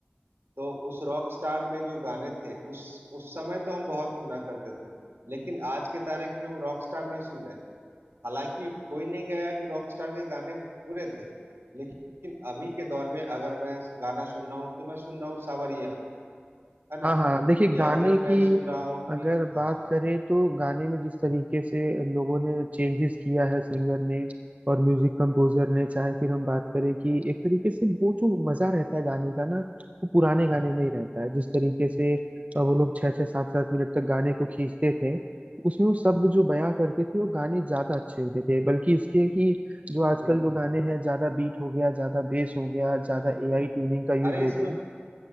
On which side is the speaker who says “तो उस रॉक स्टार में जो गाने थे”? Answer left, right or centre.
Right